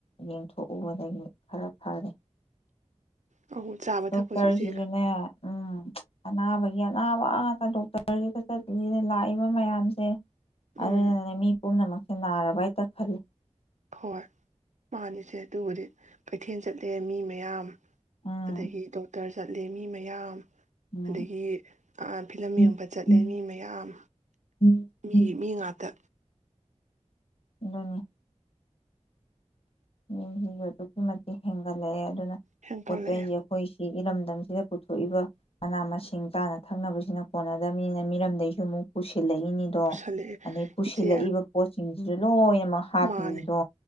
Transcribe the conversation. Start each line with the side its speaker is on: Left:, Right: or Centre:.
Left: ꯌꯦꯡꯊꯣꯛꯎꯕꯗꯒꯤ ꯈꯔ ꯐꯔꯦ
Right: ꯑꯧ ꯆꯥꯕ
Left: ꯗꯣꯛꯇꯔꯁꯤꯁꯨꯅꯦ
Right: ꯊꯛꯄꯁꯨ ꯏꯆꯦ
Left: ꯎꯝ ꯑꯅꯥꯕꯒꯤ ꯅꯕꯥ ꯑꯥ ꯇꯥꯅꯥ ꯗꯣꯛꯇꯔꯒꯤꯗ ꯆꯠꯄꯁꯤꯅꯦ ꯂꯥꯛꯏꯕ ꯃꯌꯥꯝꯁꯦ
Right: ꯎꯝ
Left: ꯑꯗꯨꯅꯥꯅꯦ ꯃꯤ ꯄꯣꯃꯅꯥꯃꯛ ꯁꯦ ꯅꯥꯔꯕ ꯍꯥꯏꯇ ꯈꯜꯂꯤ
Right: ꯍꯣꯏ ꯃꯥꯅꯤ ꯏꯆꯦ ꯑꯗꯨꯕꯨꯗꯤ ꯀꯩꯊꯦꯜ ꯆꯠꯂꯦ ꯃꯤ ꯃꯌꯥꯝ
Left: ꯎꯝ
Right: ꯑꯗꯒꯤ ꯗꯣꯛꯇꯔꯁ ꯆꯠꯂꯦ ꯃꯤ ꯃꯌꯥꯝ
Left: ꯎꯝ
Right: ꯑꯗꯒꯤ ꯐꯤꯂꯝ
Left: ꯎꯝ
Right: ꯌꯦꯡꯕ ꯆꯠꯂꯦ ꯃꯤ ꯃꯌꯥꯝ
Left: ꯎꯝ
Right: ꯃꯤꯒꯤ
Left: ꯎꯝ
Right: ꯃꯤ ꯉꯥꯛꯇ
Left: ꯑꯗꯨꯅꯤ ꯃꯤꯁꯤꯁꯨ ꯑꯗꯨꯛꯀꯤ ꯃꯇꯤꯛ ꯂꯛꯑꯦ ꯑꯗꯨꯅ
Right: ꯍꯦꯟꯀꯠꯂꯛꯑꯦ
Left: ꯄꯣꯠ ꯆꯩꯩꯁꯦ ꯑꯩꯈꯣꯏ ꯏꯔꯝꯗꯝꯁꯤꯗ ꯄꯨꯊꯣꯛꯏꯕ ꯃꯅꯥ ꯃꯁꯤꯡ ꯆꯥꯅ ꯊꯛꯅꯕꯁꯤꯅ ꯀꯣꯟꯅꯗꯕꯅꯤꯅ ꯃꯤꯔꯝꯗꯒꯤꯁꯨ ꯑꯃꯨꯛ ꯄꯨꯁꯤꯜꯂꯛ ꯅꯤꯗꯣ
Right: ꯄꯨꯁꯜꯂꯛꯑꯦ
Left: ꯑꯗꯩ ꯄꯨꯁꯤꯜꯂꯛꯕ
Right: ꯏꯆꯦ
Left: ꯄꯣꯠ ꯁꯤꯡꯁꯤꯁꯨ ꯂꯣꯏ ꯍꯥꯞꯄꯤꯅꯤꯗꯣ
Right: ꯃꯥꯅꯦ